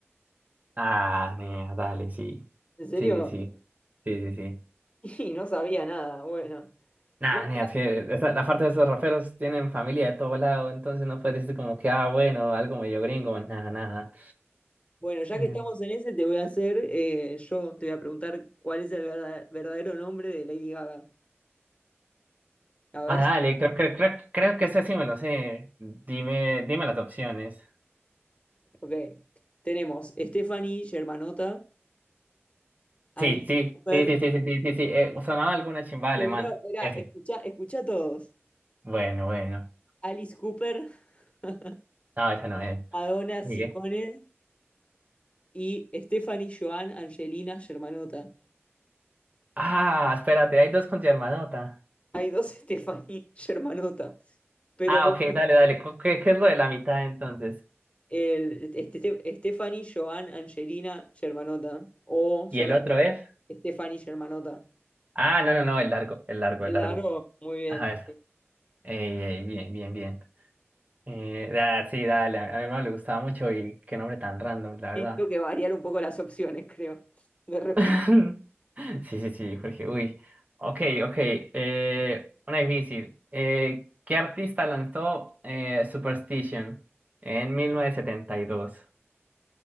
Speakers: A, on the right; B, on the left.
A: Ah, nea, dale, sí.
B: ¿En serio?
A: Sí, sí, sí.
B: <laughs>
A: Sí, sí, sí.
B: Y no sabía nada. Bueno.
A: Nah,
B: Bueno,
A: nea, es que esa- la parte de esos raperos tienen familia de todo lado, entonces no puedes decir como que, ah, bueno, algo medio gringo, nada, nada.
B: Bueno, ya
A: Eh,
B: que estamos en ese, te voy a hacer, eh, yo te voy a preguntar cuál es el verda- verdadero nombre de Lady Gaga. A ver
A: Ah, dale,
B: si...
A: creo que creo, creo que ese sí me lo sé. Dime, dime las opciones.
B: Ok. Tenemos Stephanie Germanota, Alice
A: Sí, sí,
B: Cooper.
A: sí, sí, sí, sí, sí, sí, sí. Eh, sonaba alguna chimba alemán.
B: Espera, espera,
A: Ese.
B: escucha, escucha a todos.
A: Bueno, bueno.
B: Alice Cooper, <laughs>
A: No, ese no es.
B: Madonna Sicone
A: Sigue.
B: y Stephanie Joan Angelina Germanota.
A: Ah, espérate, hay dos con Germanota.
B: Hay dos <laughs> Stephanie Germanota, pero
A: Ah,
B: bueno,
A: ok, dale, dale. Cu- ¿Qué, qué es lo de la mitad entonces?
B: El, este, Stephanie, Joan, Angelina, Germanota. O
A: ¿Y
B: solamente
A: el otro es?
B: Stephanie Germanota.
A: Ah, no, no, no, el largo, el largo,
B: Claro,
A: el largo.
B: muy bien.
A: Ajá, eso. Ey, ey, bien, bien, bien. Eh, da- sí, dale, a mi hermano le gustaba mucho y qué nombre tan random, la verdad.
B: Sí, tengo que variar un poco las opciones, creo, de respuesta.
A: <laughs> Sí, sí, sí, Jorge, uy. Ok, ok. Eh, una difícil. Eh, ¿qué artista lanzó eh, Superstition en mil novecientos setenta y dos?